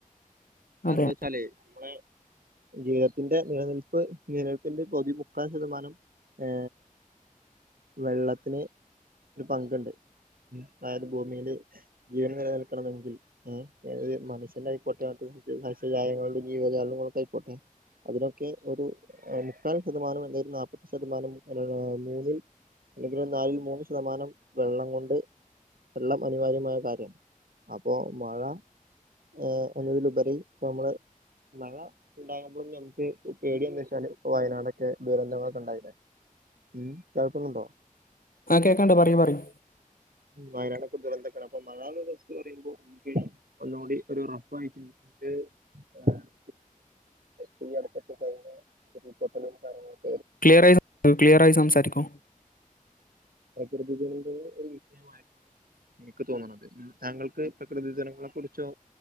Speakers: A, on the right; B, on the left.
A: അത്
B: അതെ
A: എന്ത്‌വച്ചാലേ നമ്മളെ- ജീവിതത്തിന്റെ നിലനിൽപ്പ് നിലനിൽപ്പിന്റെ പകുതി മുക്കാൽ ശതമാനം ഏ വെള്ളത്തിന് ഒരു പങ്കുണ്ട് അതായത് ഭൂമിയില് ജീവൻ നിലനിൽക്കണമെങ്കിൽ അത് മനുഷ്യനായിക്കോട്ടെ അത് - സസ്യജാലങ്ങയുണ്ട് ജീവജാലങ്ങളോക്കെയായിക്കോട്ടെ- അതിനൊക്കെ ഒരു മുക്കാൽ ശതമാനം അല്ലേൽ നാല്പത് ശതമാനം മൂന്നിൽ- അല്ലെങ്കിലൊരു നാലിൽ മൂന്ന് ശതമാനം വെള്ളം കൊണ്ട്- വെള്ളം അനുവാര്യമായ കാര്യം അപ്പൊ മഴ- ഏ അതിലുപരി നമ്മള് - മഴ ഉണ്ടാകുമ്പോളും ഞമ്മക്ക് പേടിയെന്നുവെച്ചാല് വയനാടൊക്കെ ദുരന്തങ്ങളൊക്കെ ഉണ്ടായില്ലേ ഉം കേൾക്കുന്നുണ്ടോ
B: ആ കേക്കണ്ട് പറയു പറയു
A: വയനാടൊക്കെ ദുരന്തൊക്കെയാണ് അപ്പൊ മഴന്നുള്ള <unintelligible> പറയുമ്പോ നമക്ക് ഒന്നുകൂടി ഒരു റഫായിട്ട് - <unintelligible> കഴിഞ്ഞ് ഉരുൾപൊട്ടലും കാര്യങ്ങളും
B: ക്ലിയർ ആയി ക്ലിയർ ആയി സംസാരിക്കൂ
A: പ്രകൃതികളുടെ ഒരു വിഷയമായിട്ടാണ്- എനിക്ക് തോന്നണത് താങ്കൾക്ക് പ്രകൃതി ദിനങ്ങളെ കുറിച്ചോ